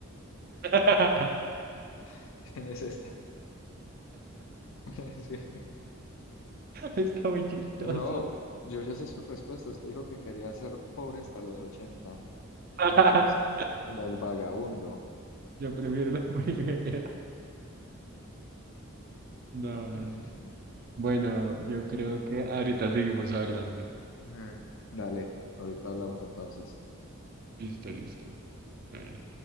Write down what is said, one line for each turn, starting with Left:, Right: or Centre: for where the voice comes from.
Right: <laughs>
Left: <laughs> Es esta. <laughs> Es
Right: Está muy chistoso.
Left: No, yo ya sé sus respuestas. Usted dijo que quería ser pobre hasta los 80.
Right: <laughs>
Left: Entonces, hombre, el vagabundo.
Right: Yo prefiero la <laughs> primera. No.
Left: <laughs>
Right: Bueno, yo creo que ahorita seguimos hablando.
Left: Ay, Dale, ahorita hablamos entonces.
Right: Listo, listo. Dale.